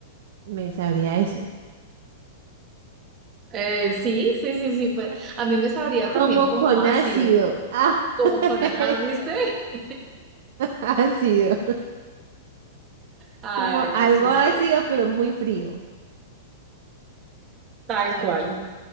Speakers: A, on the right; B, on the right.
A: Me sabría eso.
B: Eh, sí, sí, sí, sí. pues,
A: <laughs>
B: a mí me sabría
A: Como
B: también como
A: con
B: ácido,
A: ácido. Ah,
B: como
A: <laughs>
B: con... Ah,
A: eso.
B: ¿viste? <laughs>
A: <laughs> Ácido.
B: Ay,
A: Como algo
B: muy chistoso.
A: ácido, pero muy frío.
B: Tal cual.
A: A ver,